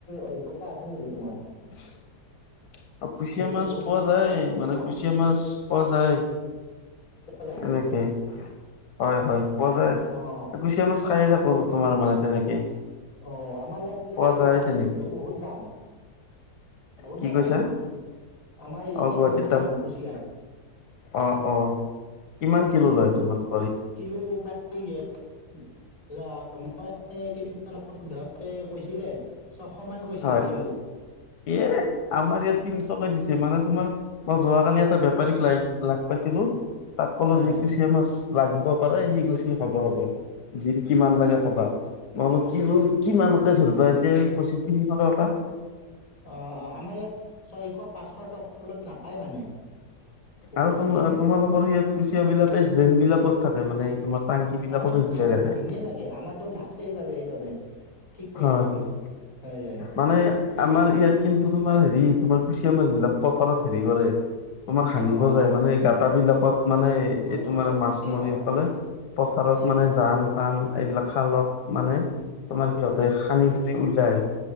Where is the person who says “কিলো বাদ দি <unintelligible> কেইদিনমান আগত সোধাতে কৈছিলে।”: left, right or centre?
Left